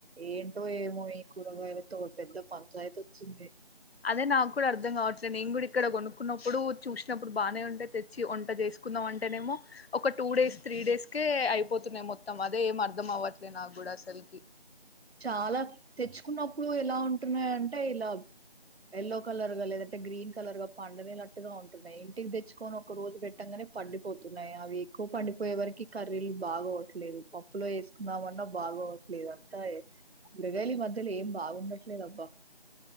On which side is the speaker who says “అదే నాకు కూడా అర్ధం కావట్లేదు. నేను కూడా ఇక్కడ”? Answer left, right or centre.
Left